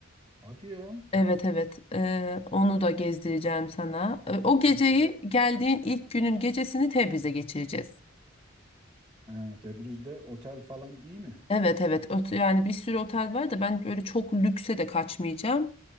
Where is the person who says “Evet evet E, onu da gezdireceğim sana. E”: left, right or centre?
Left